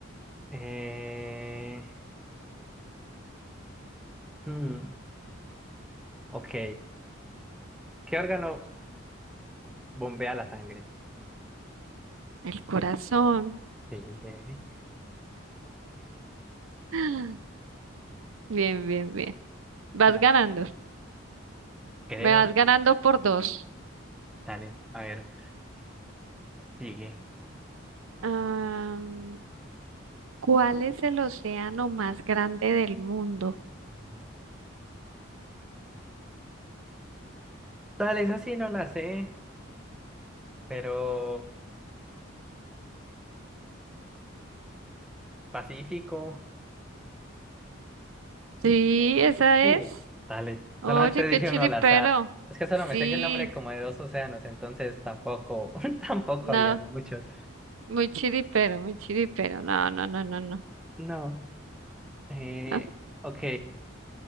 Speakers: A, in the centre; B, on the right (about 75°).
A: Eh... hmm, ok, ¿qué órgano bombea la sangre?
B: El corazón.
A: Sí, breve.
B: <laughs> Bien, bien, bien. Vas
A: Va.
B: ganando.
A: Creo
B: Me vas ganando por dos.
A: Dale, a ver, sigue.
B: Am, ¿cuál es el océano más grande del mundo?
A: No. Dale, esa sí no la sé, pero Pacífico,
B: Sí, esa
A: sí.
B: es.
A: Dale,
B: Oye,
A: solamente
B: qué
A: dije
B: chiripero.
A: uno al azar. Es que solo
B: Sí.
A: me sé que el nombre como de dos océanos, entonces tampoco, <laughs> tampoco
B: No,
A: había muchos.
B: muy chiripero, muy chiripero. No, no, no, no, no.
A: No, eh,
B: Ah,
A: ok,